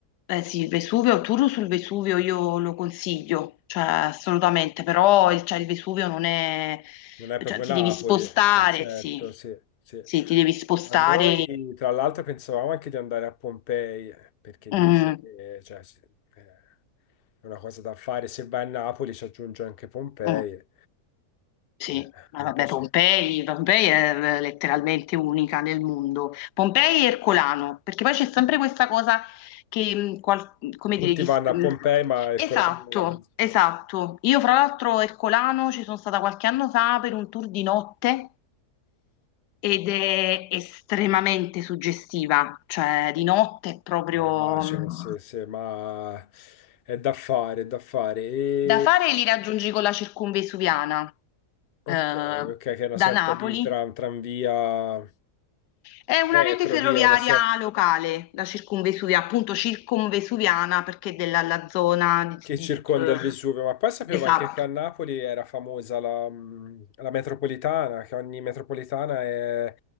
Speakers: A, on the left; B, on the left.
A: Eh sì, il Vesuvio, il tour sul Vesuvio io lo consiglio, cioè assolutamente, però il, cioè, il Vesuvio non è,
B: Non è proprio
A: cioè ti
B: Napoli,
A: devi spostare,
B: è certo,
A: sì,
B: sì, sì.
A: sì, ti devi spostare.
B: A noi, tra l'altro, pensavamo anche di andare a Pompei, perché
A: mm,
B: dice che cioè, sì, eh, è una cosa da fare. Se vai a Napoli ci aggiunge anche Pompei.
A: mm. Sì,
B: Eh, a
A: ma
B: me
A: vabbè,
B: piace
A: Pompei, Pompei è eh, letteralmente unica nel mondo. Pompei e Ercolano, perché poi c'è sempre questa cosa che, mh, qual- come
B: Tutti
A: dire, gli...
B: vanno
A: s- mh,
B: a Pompei, ma il
A: Esatto,
B: Colano non la consiglio.
A: esatto. Io fra l'altro a Ercolano ci sono stata qualche anno fa per un tour di notte ed è estremamente suggestiva, cioè di notte è proprio...
B: Eh, immagino,
A: mh,
B: sì, sì, ma è da fare, è da fare. E...
A: Da fare li raggiungi con la circumvesuviana
B: Ok,
A: eh,
B: ok, che è una
A: da
B: sorta
A: Napoli
B: di tram, tranvia,
A: È una
B: metro,
A: rete ferroviaria
B: via, una sorta
A: locale, la circumvesuviana, appunto circumvesuviana perché della la zona
B: che
A: di,
B: circonda
A: di- eh,
B: il Vesuvio. Ma poi sapevo
A: esatto,
B: anche che a Napoli era famosa la, mh, la metropolitana, che ogni metropolitana è-